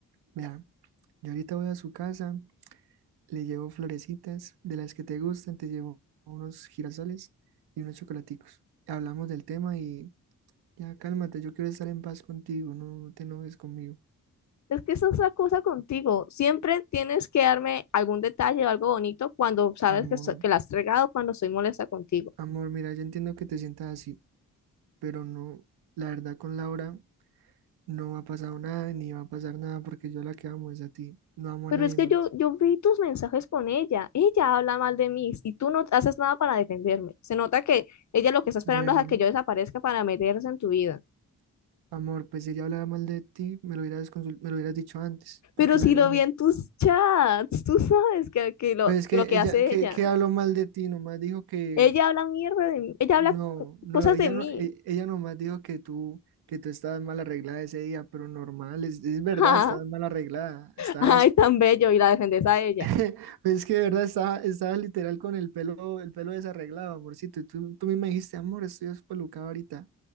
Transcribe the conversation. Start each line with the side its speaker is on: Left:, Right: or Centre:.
Right: Vea, yo ahorita voy a su casa, le llevo florecitas de las que te gustan, te llevo unos girasoles y unos chocolaticos. Hablamos del tema y ya cálmate, yo quiero estar en paz contigo, no, no te enojes conmigo.
Left: Es que esa es la cosa contigo. Siempre tienes que darme algún detalle o algo bonito cuando sabes
Right: Amor,
Left: que, so- que la has regado, cuando soy molesta contigo.
Right: amor, mira, yo entiendo que te sientas así, pero no, la verdad con Laura no ha pasado nada ni va a pasar nada porque yo la que amo es a ti, no amo
Left: Pero
Right: a nadie
Left: es que
Right: más.
Left: yo, yo vi tus mensajes con ella. Ella habla mal de mí y tú no haces nada para defenderme. Se nota que ella lo que está esperando
Right: Bueno,
Left: es a que yo desaparezca para meterse en tu vida.
Right: Amor, pues si ella hablaba mal de ti, me lo hubieras consul- me lo hubieras dicho antes, porque
Left: Pero
Right: la
Left: si
Right: verdad
Left: lo
Right: no.
Left: vi en tus chats, tú sabes que, que lo,
Right: Pues es que
Left: que lo que
Right: ella,
Left: hace
Right: que,
Left: ella.
Right: que habló mal de ti, nomás dijo que
Left: Ella habla mierda de mí. Ella
Right: no,
Left: habla co-
Right: no,
Left: cosas
Right: ella
Left: de mí.
Right: no, e- ella nomás dijo que tú, que tú estabas mal arreglada ese día, pero normal, es, es verdad,
Left: <laughs> Ja,
Right: estabas
Left: ja.
Right: mal arreglada, estabas,
Left: Ay, tan bello. Y la defendes a ella.
Right: <laughs> pues es que de verdad estaba, estaba literal con el pelo, el pelo desarreglado, amorcito, y tú, tú misma dijiste, amor, estoy despelucado ahorita,